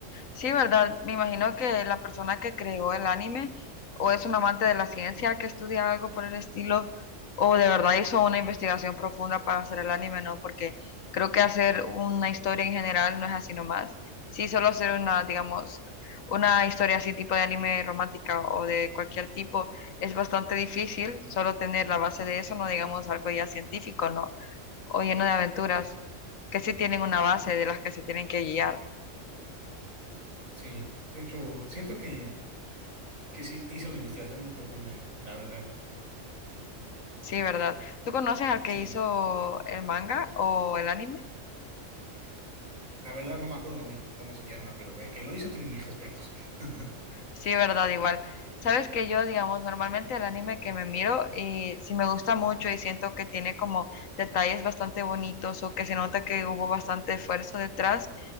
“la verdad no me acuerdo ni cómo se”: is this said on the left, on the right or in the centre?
Right